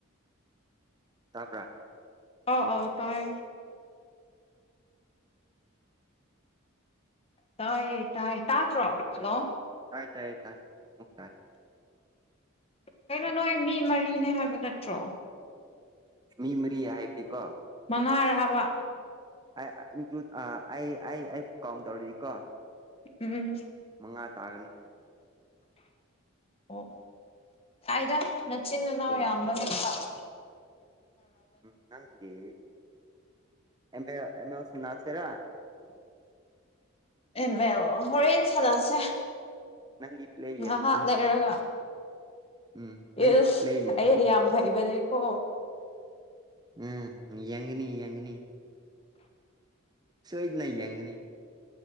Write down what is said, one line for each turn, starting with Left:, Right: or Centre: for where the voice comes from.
Right: ꯇꯥꯕ꯭ꯔꯥ
Left: ꯑꯥꯎ ꯑꯧ ꯇꯥꯢ ꯇꯥꯏꯌꯦ ꯇꯥꯏꯌꯦ ꯇꯥꯗ꯭ꯔꯣ ꯍꯜꯂꯣ
Right: ꯇꯥꯏ ꯇꯥꯏ ꯇꯥꯏ ꯃꯨꯛ ꯇꯥꯏ
Left: ꯀꯩꯅꯣ ꯅꯣꯏ ꯃꯤ ꯃꯔꯤꯅꯦ ꯍꯥꯏꯕ ꯅꯠꯇ꯭ꯔꯣ
Right: ꯃꯤ ꯃꯔꯤ ꯍꯥꯏꯕꯗꯤꯀꯣ
Left: ꯃꯉꯥꯔꯥꯍꯥꯕ
Right: ꯑꯩ ꯏꯟꯀ꯭ꯂꯨꯗ ꯑ ꯑꯩ ꯑꯩ ꯑꯩꯕꯨ ꯀꯥꯎꯟ ꯇꯧꯔꯗꯤ ꯀꯣ
Left: ꯎꯝ
Right: ꯃꯉꯥ ꯇꯥꯒꯅꯤ
Left: ꯑꯣ ꯀꯥꯏꯗ ꯅꯆꯤꯟ ꯏꯅꯥꯎ
Right: ꯑꯗꯣ
Left: ꯌꯥꯝꯕꯅ ꯐ <unintelligible>
Right: ꯎꯝ ꯅꯪꯗꯤ ꯑꯦꯝ ꯑꯦꯜ ꯑꯦꯝ ꯑꯦꯜ ꯁꯥꯅꯁꯦꯔꯥ
Left: ꯑꯦꯝ ꯑꯦꯜ ꯍꯣꯔꯦꯟ ꯁꯥꯅꯁꯦ
Right: ꯅꯪꯒꯤ ꯄ꯭ꯂꯦ
Left: ꯉꯥꯍꯥꯛ
Right: ꯌꯦꯡꯁꯤꯅꯦ
Left: ꯂꯩꯔꯒ
Right: ꯎꯝ ꯅꯪꯒꯤ
Left: ꯏꯁ
Right: ꯄ꯭ꯂꯦ ꯌꯦꯡꯁꯤꯅꯦ
Left: ꯑꯩ ꯌꯥꯝ ꯍꯩꯕꯅꯦꯀꯣ
Right: ꯎꯝ ꯌꯦꯡꯒꯅꯤ ꯌꯦꯡꯒꯅꯤ ꯁꯣꯏꯗꯅ ꯌꯦꯡꯒꯅꯤ